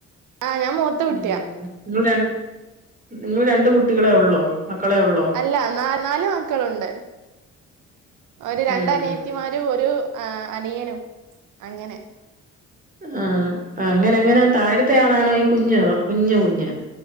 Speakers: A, on the right; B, on the right.
A: ആഹ് ഞാൻ മൂത്തകുട്ടിയാ
B: ഉം നിങ്ങൾ രണ്ട് നിങ്ങൾ രണ്ട് കുട്ടികളെ ഒള്ളോ മക്കളെ ഒള്ളോ
A: അല്ല നാ നാല് മക്കളുണ്ട് ഒരു രണ്ടനിയ
B: ഉം ഉം
A: ത്തിമാരും
B: ഉം
A: ഒരു അനിയനും അങ്ങനെ
B: ആ അങ്ങനെ അങ്ങനെ താഴത്തെ ആളാണോ ഈ കുഞ്ഞ് കുഞ്ഞ് കുഞ്ഞ്